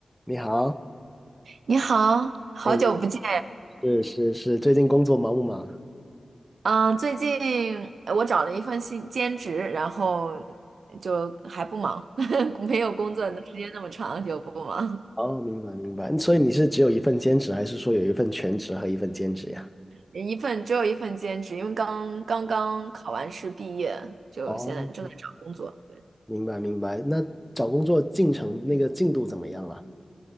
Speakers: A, in the centre; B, on the right.
A: 你好，
B: 你好，好久不见。
A: 哎，是是是，最近工作忙不忙？
B: 嗯，最近呃我找了一份新兼职，然后就还不忙，<laughs> 没有工作的时间那么长，就不忙。
A: 哦，明白明白。所以你是只有一份兼职，还是说有一份全职和一份兼职呀？
B: 一份只有一份兼职，因为刚刚刚考完试毕业，就现在正在找工作。
A: 哦，明白明白。那找工作进程那个进度怎么样了？